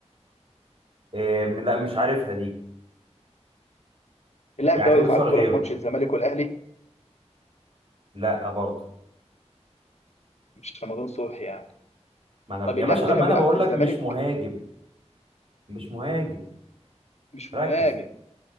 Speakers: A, on the right; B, on the left.
A: آه لا مش عارفها دي
B: اللاعب
A: يعني
B: ده واقف
A: قول سؤال
B: على الكرة
A: غيره
B: في ماتش الزمالك والاهلي
A: لا برضه
B: مش رمضان صبحي يعني
A: ما انا
B: طب
A: يا
B: اللاعب
A: باشا لما
B: ده كان
A: انا
B: بيلعب
A: بقول
B: في الزمالك
A: لك مش مهاجم مش مهاجم
B: مش
A: ركز
B: مهاجم